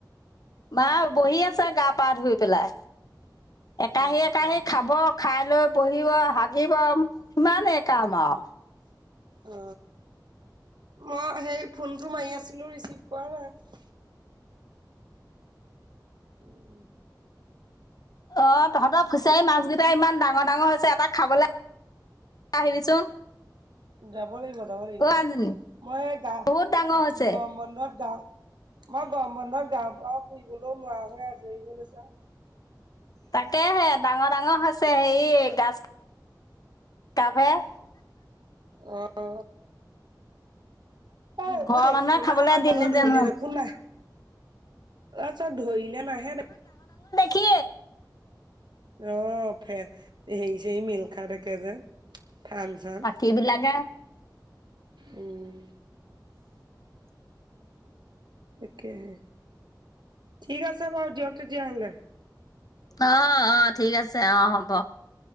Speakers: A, on the left (about 55°); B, on the right (about 70°).
A: মা বহি আছে গা পা ধুই পেলাই। একাহি
B: অ
A: একাহি
B: অ
A: খাব খাই লৈ বহিব হাগিব সিমানেই কাম আৰু
B: উ মই সেই ফোনটো মাৰি আছিলোঁ ৰিচিভ কৰা নাই উম
A: অ তহঁতৰ ফিচাৰী মাছ কেইটা ইমান ডাঙৰ ডাঙৰ হৈছে এটা খাবলৈ আহিবিচোন
B: যাব লাগিব যাব লাগিব
A: অ', আইজনী
B: মই গা
A: বহুত ডাঙৰ হৈছে
B: গৰম বন্ধত যাম মই গৰম বন্ধত গাওঁ চাওঁ ফুৰিবলৈও নোৱাৰা হয় আজৰি হয় লৈছোঁ
A: তাকেহে ডাঙৰ ডাঙৰ হৈছে হেয়ি গছ <unintelligible>
B: অহ অ অ এইবোৰ
A: ঘৰৰ
B: দেখিবলে
A: মানুহে খাবলৈ
B: যিমান
A: দিলে
B: ডাঙৰ ধৰিলে
A: যে নহয়
B: দেখোঁ নাহ চব ধৰিলে নাহে
A: কি।
B: অ ফে সেই সেই মিল খা থাকে যে ফান চান
A: পাখিবিলাকে
B: উম। এতিয়াহে, ঠিক আছে বাৰু দিয়ক তেতিয়াহলে।
A: অ অ ঠিক আছে অ হ'ব।